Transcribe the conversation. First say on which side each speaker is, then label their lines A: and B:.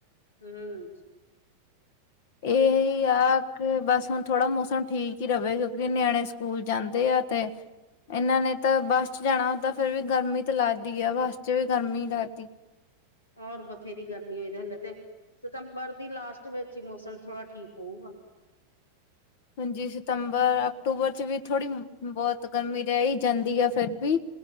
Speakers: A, on the left (about 75°); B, on the left (about 50°).
A: ਹਮ।
B: ਇਹਹੀ ਆ ਤੇ ਬਸ ਹੁਣ ਥੋੜਾ ਮੌਸਮ ਠੀਕ ਹੀ ਰਹੇ, ਕਿਉਂਕਿ ਨਿਆਣੇ ਸਕੂਲ ਜਾਂਦੇ ਆ ਤੇ ਇਹਨਾਂ ਨੇ ਤਾਂ ਬੱਸ 'ਚ ਜਾਣਾ ਹੋ, ਤਾਂ ਫੇਿਰ ਵੀ ਗਰਮੀ ਤੇ ਲਾਦੀ ਆ ਬੱਸ 'ਚ ਵੀ ਗਰਮੀ ਲਾਦੀ
A: ਹੋਰ ਬਥੇਰੀ ਗਰਮੀ ਹੋਈ ਦੀ, ਤੇ ਸਤੰਬਰ ਦੀ ਲਾਸਟ ਵਿੱਚ ਹੀ, ਮੌਸਮ ਥੋੜਾ ਠੀਕ ਹੋਊਗਾ।
B: ਹਜੀ ਸਤੰਬਰ, ਅਕਤੂਬਰ 'ਚ ਵੀ ਥੋੜੀ ਬਹੁਤ ਗਰਮੀ ਰਹਿਹੀ ਜਾਂਦੀ ਆ, ਫਿਰ ਵੀ